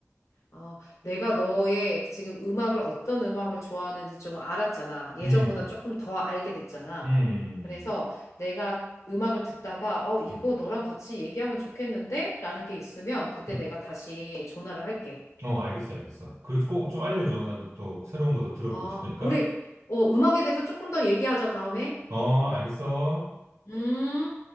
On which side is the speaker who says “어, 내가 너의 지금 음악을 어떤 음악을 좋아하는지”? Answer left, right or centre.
Left